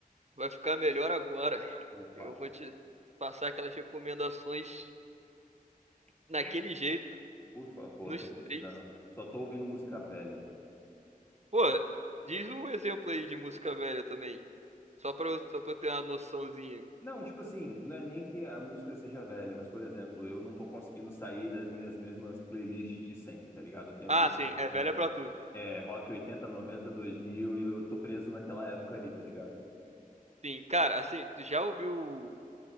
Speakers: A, on the right (about 50°); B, on the left (about 15°).
A: vai ficar melhor agora.
B: Opa,
A: Eu vou te passar aquelas recomendações naquele jeito,
B: por favor,
A: nos
B: tô precisando.
A: trinks.
B: Só tô ouvindo música velha, mano.
A: Pô, diz um exemplo aí de música velha também, só pra, eu- só pra eu ter uma noçãozinha.
B: Não, tipo assim, não é nem que a música seja velha, mas, por exemplo, eu não tô conseguindo sair das minhas mesmas playlists de sempre, tá ligado? Eu tenho
A: Ah,
B: a playlist
A: sim, é
B: minha,
A: velha pra tudo.
B: é, Rock oitenta noventa dois mil e eu tô preso naquela época ali, tá ligado?
A: Sim, cara, assim, tu já ouviu...